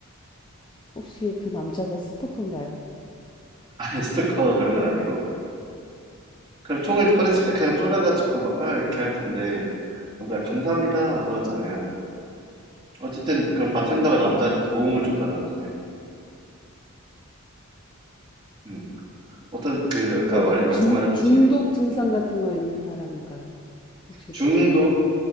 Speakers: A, on the left; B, on the right.
A: 혹시 그 남자가 스토커인가요?
B: 아니, 스토커 그런 건 아니고. 그럼 총을 꺼냈을 때 그냥 쫄아가지고 막, 아, 이렇게 할 텐데. 남자 감사합니다 하고 떨었잖아요. 어쨌든, 그럼 바텐더가 남자한테 도움을 줬다는 거잖아요. 음. 어떤, 그, 아까
A: 그러니까
B: 말,
A: 막
B: 말씀하셨듯이,
A: 중, 중독 증상
B: 음.
A: 같은 거 있는 사람인가요? 혹시,
B: 중독?